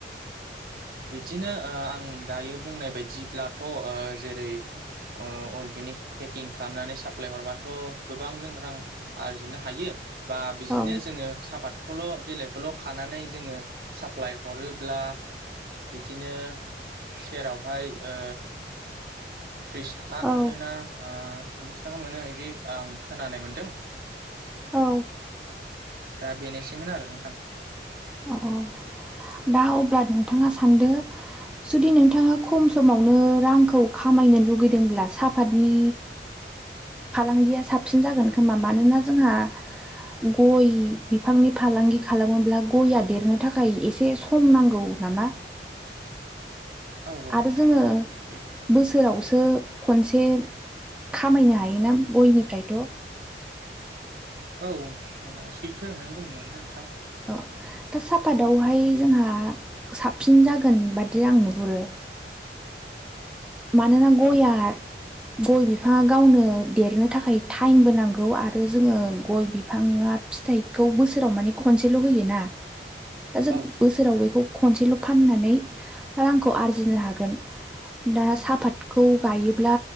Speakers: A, on the right; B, in the centre.
A: बिदिनो ओ आं दायो बुंनाय बायदिब्लाथ' जेरै- ओ अर्गेनिक पेकिं खालामनानै साप्लाय हरबाथ' गोबां जों रां आरजिनो हायो। बा बिदिनो
B: औ
A: जोङो सापाादखौल' बिलाइखौल' खानानै जोङो साप्लाइ हरोब्ला बा बिदिनो सेरावहाय ओ थ्रिस थाखा
B: औ
A: मोनोना सल्लिस थाखा मोनो बिदि आं खोनानाय मोनदों। <inaudible>
B: औ
A: दा बेनोसैमोन आरो नोंथां।
B: औ औ दा अब्ला नोंथाङा सानदों जुदि नोंथाङा खम समावनो रांखौ खामाय फैनो लुगैदोंब्ला साहापातनि फालांगिया साबसिन जागोन खोमा मानोना जोंहा गय बिफांनि फालांगि खालामोब्ला गया देरनो थाखाय एसे सम नांगौ नामा
A: औ
B: आरो
A: नोंथां
B: जोंङो
A: औ सैथो
B: बोसोरावसो खनसे खामायनो हायोना गयनिफ्रायथ
A: औ सैथो नों दंनायानो नोंथां
B: औ
A: ओ
B: दा साहापातावहाय जोंहा साबसिन जागोन बादि आं नुहुरो। मानोना गयआ
A: औ औ
B: गय बिफाङा गावनो देरनो थाखाय टाइमबो नांगौ आरो जोंङो गय बिफाङा फिथाइखौ बोसोराव मानि खम सेल होयो ना। दा जों
A: औ सैथो
B: बोसोराव
A: औ
B: बेखौ खनसेल फाननानै रांखौ आरजिनो हागोन। दा साहापातखौ गायोब्ला